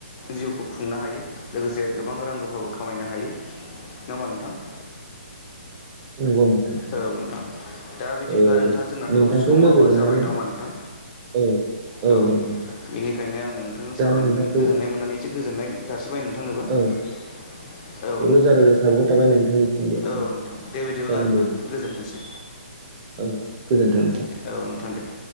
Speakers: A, on the left; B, on the right.
A: जिउखौ खुंनो हायो लोगोसे गोबां रां रुफाबो खामायनो हायो नङा होमबा नोंथां ।
B: <inaudible> नोंथां
A: औ नोंथां दा बिदिब्ला
B: ओ
A: नोंथां जोंनाथ'
B: नोंथांखौ
A: समाबो
B: लोगो मोननानै
A: जाबाय नङा होमबा नोंथां?
B: औ
A: औ
B: नंगौ नोंथां
A: बेनिखायनो आङो नोंथांजों
B: दा
A: सावरायनानै
B: नोंथांखौ
A: गोजोननाय मोननानै एसे गोजोननाय जासिग थिबाय नोंथांनोबो ।
B: औ
A: औ नोंथां
B: रोजा रोजा साबायखर थाबाय नोंथांनिसिमबो
A: औ नोंथां दे बिदिब्ला
B: जागोन
A: आं नोंथां
B: दे
A: गोजोनथोंसै
B: औ गोजोन्थों नोंथां
A: औ नोंथां दे